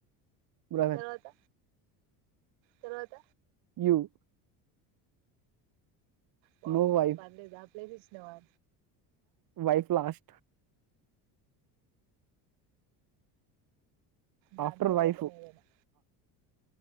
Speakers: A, on the right; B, on the right.
A: బ్రదర్
B: తర్వాత తర్వాత
A: యువ్
B: వామ్మో
A: నో వైఫ్
B: పర్లేదే ఆ ప్లేసి ఇచ్చినావ రా
A: వైఫ్ లాస్
B: దాని
A: ఆఫ్టర్
B: తర్వాతనే
A: వైఫు
B: ఏదైనా